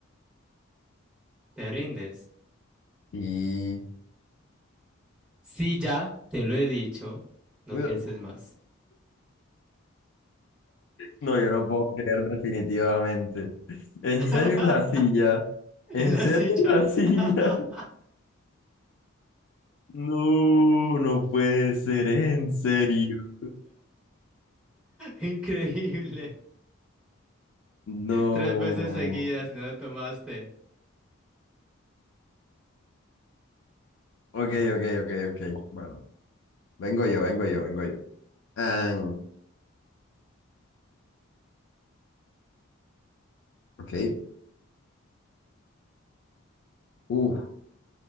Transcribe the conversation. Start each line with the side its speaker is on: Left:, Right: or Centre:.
Centre: ¿Te rindes?
Left: y...
Centre: Si ya te lo he dicho, no
Left: <laughs>
Centre: pienses más.
Left: No, yo no puedo creer definitivamente. ¿En serio
Centre: <laughs>
Left: es la silla? ¿En
Centre: En la
Left: serio
Centre: silla.
Left: es la silla?
Centre: <laughs>
Left: <laughs> No, no puede ser, en serio.
Centre: Increíble.
Left: No.
Centre: Tres veces seguidas y no lo tomaste. <laughs>
Left: Ok, ok, ok, ok. Bueno, vengo yo, vengo yo, vengo yo. Ah, ok. Uf,